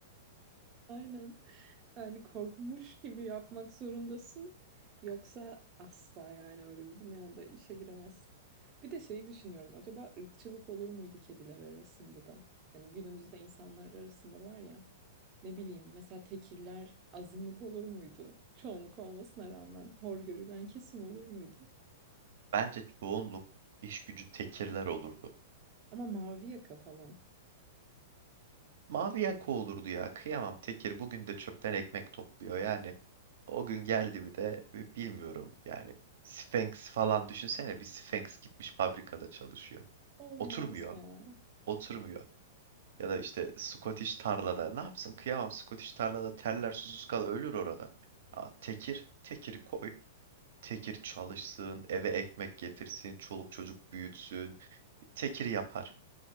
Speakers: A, on the right; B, on the right.
A: Aynen. Yani korkmuş gibi yapmak zorundasın. Yoksa asla yani öyle bir dünyada işe giremezsin. Bir de şeyi düşünüyorum. Acaba ırkçılık olur muydu kediler arasında da? Yani günümüzde insanlar arasında var ya. Ne bileyim mesela tekirler azınlık olur muydu? Çoğunluk olmasına rağmen hor görülen kesim olur muydu?
B: Bence çoğunluk iş gücü tekirler olurdu.
A: Ama mavi yaka falan.
B: Mavi yaka olurdu ya. Kıyamam tekir bugün de çöpten ekmek topluyor. Yani o gün geldi mi de bi- bilmiyorum. Yani Sphinx falan düşünsene bir Sphinx gitmiş fabrikada çalışıyor.
A: Olmaz
B: Oturmuyor.
A: ya.
B: Oturmuyor. Ya da işte Scottish tarlada. Ne yapsın? Kıyamam Scottish tarlada terler susuz kal ölür orada. Aa, tekir, tekiri koy. Tekir çalışsın, eve ekmek getirsin, çoluk çocuk büyütsün. Tekir yapar.